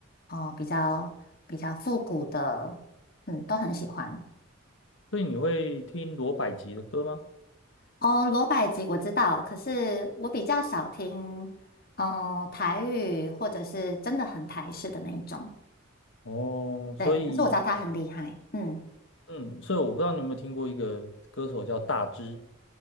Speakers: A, on the left (about 45°); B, on the left (about 65°).
A: 哦、比较比较复古的，嗯，都很喜欢。
B: 所以你会听罗百吉的歌吗？
A: 哦，罗百吉我知道，可是我比较少听，嗯、台语或者是真的很台式的那一种。
B: 哦，
A: 对，
B: 所以，
A: 可是我知道他很厉害，嗯，
B: 嗯，所以我不知道你有没有听过一个歌手叫大只